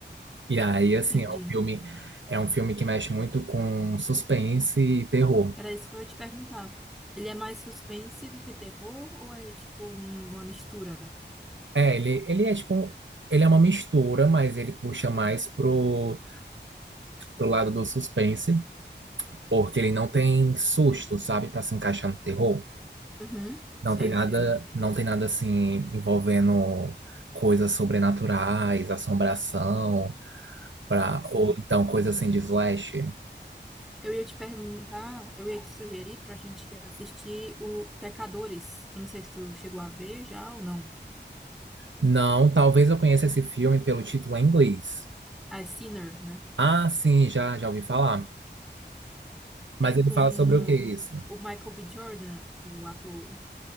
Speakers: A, on the right; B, in the centre.
A: E aí, assim,
B: entendi.
A: é um filme, é um filme que mexe muito com suspense e terror.
B: Era isso que eu ia te perguntar. Ele é mais suspense do que terror ou é tipo um- uma mistura?
A: É, ele, ele é tipo, um- ele é uma mistura, mas ele puxa mais pro, pro lado do suspense, porque ele não tem susto, sabe, Pra se encaixar no terror.
B: Uhum,
A: Não
B: sei,
A: tem nada,
B: sei.
A: não tem nada assim envolvendo coisas sobrenaturais, assombração, pra,
B: Sim.
A: ou então coisa assim de slash.
B: Eu ia te perguntar, eu ia te sugerir pra gente assistir o Pecadores. Eu não sei se tu chegou a ver já ou não.
A: Não, talvez eu conheça esse filme pelo título em inglês.
B: As Sinners, né?
A: Ah, sim, já, já ouvi falar. Mas
B: É
A: ele
B: com
A: fala sobre o que isso?
B: o Michael B. Jordan, o ator.